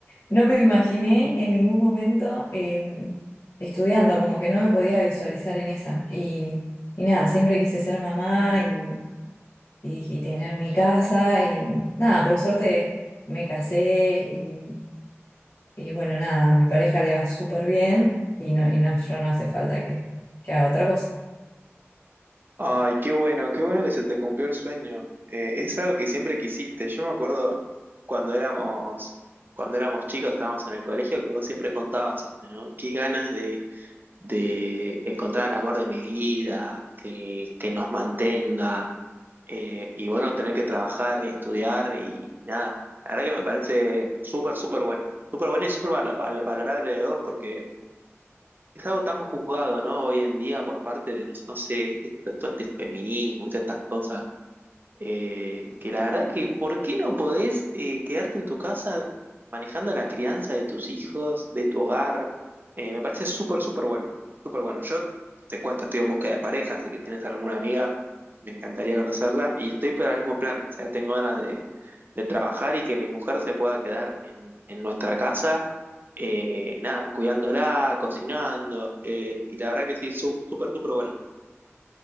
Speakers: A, on the left (about 85°); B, on the right (about 45°).
A: no me imaginé en ningún momento eh, estudiando, como que no me podía visualizar en esa. Y, y nada, siempre quise ser mamá y, y- y tener mi casa. Y nada, por suerte me casé y, y bueno, nada, a mi pareja le va súper bien y, no, y no, yo no hace falta que, que haga otra cosa.
B: Ay, qué bueno, qué bueno que se te cumplió el sueño. Eh, es algo que siempre quisiste. Yo me acuerdo cuando éramos, cuando éramos chicos, estábamos en el colegio, que vos siempre contabas esto, ¿no? Qué ganas de de encontrar el amor de mi vida, que, que nos mantenga, eh, y bueno, tener que trabajar, estudiar y, y nada. La verdad que me parece súper, súper bueno. Súper bueno y súper val- val- valorable de vos, porque es algo tan juzgado, ¿no? Hoy en día por parte de, no, no sé, viste, t- todo este feminismo y todas estas cosas eh, que la verdad que, ¿por qué no podés eh, quedarte en tu casa manejando la crianza de tus hijos, de tu hogar? Eh, me parece súper, súper bueno, súper bueno. Yo te cuento, estoy en búsqueda de pareja, así que tienes alguna amiga, me encantaría conocerla y estoy por el mismo plan, o sea, tengo ganas de, de trabajar y que mi mujer se pueda quedar en, en nuestra casa, eh, nada, cuidándola, cocinando, eh, y la verdad que sí, sú- súper, súper bueno.